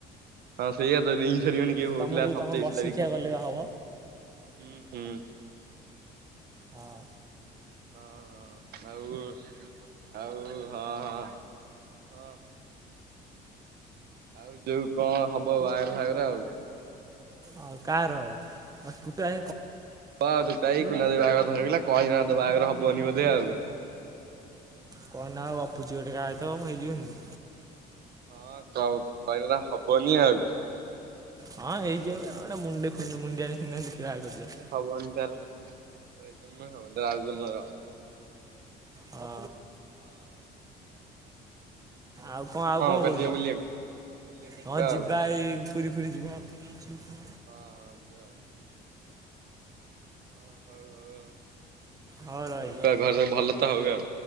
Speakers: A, on the right; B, on the right.
A: ହଁ ସେଇଆା ତ ଦିନ ରିଙ୍ଗ ସେରମନି କିଏ କହୁଥିଲା
B: ତମ ଯୋଉ
A: ସତେଇଶି
B: ତମ ବର୍ଷିକିଆ
A: ତାରିଖ ହୁଁ
B: ଗଲେ ବା ହବ
A: ହୁଁ।
B: ହଁ
A: ହଁ ହଁ ଆଉ ଆଉ ହଁ ହଁ ହଁ। ଆଉ ଯୋଉ କଣ ହବ ବାହାଘର ଫାଘର ଆଉ।
B: ଆଉ କାର ତୁଟୁଆ
A: ହଁ ତୁଟୁଆ ଭାଇ କୁନୁଆ ଭାଇ ବାହାଘର ଫାଘର ହେଇଗଲା, କଇନର ବାହାଘର ହବନି ବୋଧେ? କେ ଆଉ।
B: କଣ ଗୋଟେ ଗପୁଛି ଗୋଟେ କାହା ସହିତ ହେଇ ଯିବନି।
A: ହଁ କ କହିଲେ ହବନି ଆଉ।
B: ହଁ ହେଇଯିବ ଯେ ମୁଣ୍ଡେ <unintelligible> ହଁ
A: ନା ହବନି ତ ଏଇ ହବ ଆଉ। ମଗାଅ।
B: ହଁ ଆଉ କଣ ଆଉ କଣ
A: କୁଆଡେ
B: କହୁଛ
A: ଯିବା ବୁଲିବାକୁ? ବୁଲିବାକୁ
B: ହଁ ଯିବା
A: ଆଉ
B: ଏଇ ପୁରୀ ପୁରୀ ଯିବା ଆଉ। Thank you.
A: ହଁ ହଁ ଯିବା ଆଉ। ହ ହଉ ହଉ।
B: ହଉ ରହିଲି
A: ହଉ ଘରେ ସବୁ ଭଲ ତ ହଉ ଆଉ।